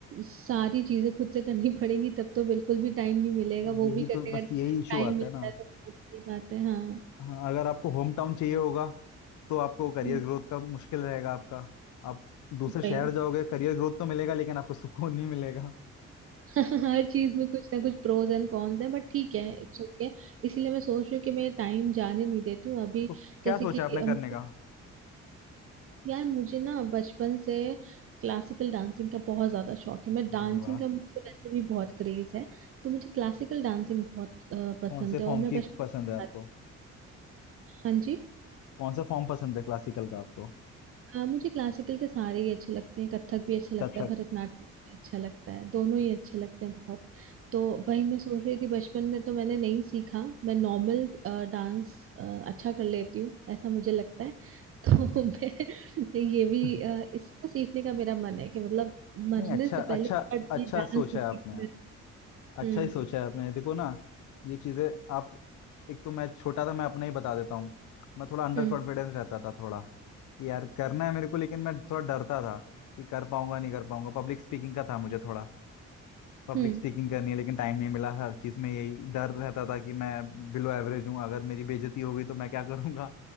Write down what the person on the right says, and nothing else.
सारी चीजें खुद से करनी पड़ेंगी तब तो बिल्कुल भी टाइम नहीं मिलेगा वो
भी
करने
का
टाइम
मिलता
है तो बहुत बड़ी बात है हाँ
हम्म,
वही
<laughs> हर चीज में कुछ ना कुछ प्रोज एंड कॉन्स है बट ठीक है इट्स ओके इसीलिए मैं सोच रही हूँ कि मैं टाइम जाने नहीं देती हूँ अभी
जैसे
कि
अम,
यार मुझे ना बचपन से क्लासिकल डांसिंग का बहुत ज्यादा शौक है मैं डांसिंग
का मुझे वैसे भी बहुत क्रेज है तो मुझे क्लासिकल डांसिंग बहुत अ, पसंद
है
और
मैं बचपन
हाँ जी
हाँ मुझे क्लासिकल के सारे ही अच्छे लगते हैं कथक भी अच्छा लगता
है भरतनाट्यम भी अच्छा लगता है दोनों ही अच्छे लगते हैं बहुत तो वही मैं सोच रही थी बचपन में तो मैंने नहीं सीखा मैं नॉर्मल डांस अच्छा कर लेती हूँ ऐसा मुझे लगता है <laughs> तो मैं ये भी
अ, इसको सीखने का मेरा मन है कि मतलब मरने
से पहले
पर
ये डांस
तो सीखना
है।
हम्म
हम्म
हम्म